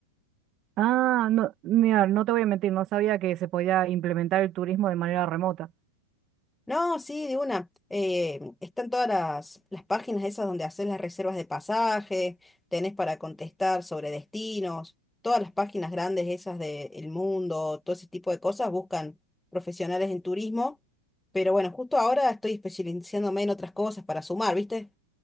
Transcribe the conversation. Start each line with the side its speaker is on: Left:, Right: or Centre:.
Right: Ah, no, mira, no te voy a mentir, no sabía que se podía implementar el turismo de manera remota.
Centre: No, sí, de una. Eh, están todas las, las páginas esas donde haces las reservas de pasaje, tenés para contestar sobre destinos, todas las páginas grandes esas de El Mundo, todo ese tipo de cosas buscan profesionales en turismo. Pero bueno, justo ahora estoy especializándome en otras cosas para sumar, ¿viste?